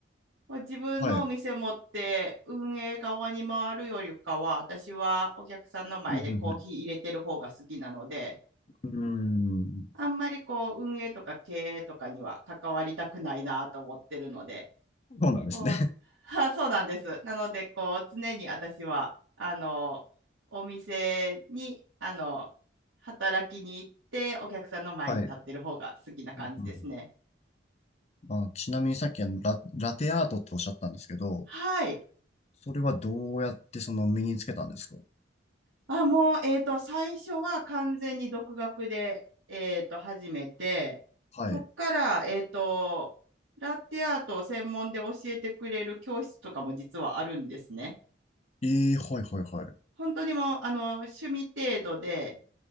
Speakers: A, on the right; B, on the left.
A: こう自分のお店持って運営側に回るよりかは、
B: はい。
A: 私はお客さんの前でコーヒー入れてる方が好きなので、
B: うん、うん、うん。うー
A: あんまりこう運営とか経営とかには関わりたくないなと思ってるので、
B: ん。そうなんですね。
A: こう、
B: <laughs>
A: <laughs> はあそうなんです。なので、こう、常に私は、あの、お店に、あの、働きに行って、お客さんの前に立ってる方が好きな感じですね。
B: はい。うん、うん、うん。まあ、ちなみにさっきあのラ、ラテアートっておっしゃったんですけど、
A: はい。
B: それはどうやってその身につけたんですか
A: あ、もう、えっと、最初は完全に独学で、えっと、始めて、
B: はい。
A: そっから、えっと、ラテアートを専門で教えてくれる教室とかも実はあるんですね。
B: ええはいはいはい。
A: 本当にもうあの趣味程度で